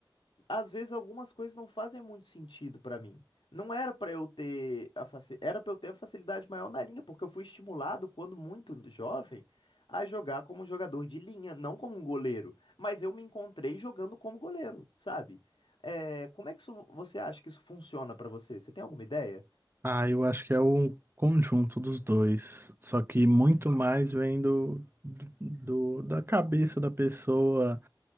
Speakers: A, on the left; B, on the right.
A: às vezes algumas coisas não fazem muito sentido pra mim. Não era pra eu ter a faci... era para eu ter a facilidade maior na linha, porque eu fui estimulado quando muito jovem a jogar como um jogador de linha, não como um goleiro, mas eu me encontrei jogando como goleiro, sabe? É, como é que isso, você acha que isso funciona pra você? Você tem alguma ideia?
B: Ah, eu acho que é o conjunto dos dois. Só que muito mais vem do, do- da cabeça da pessoa.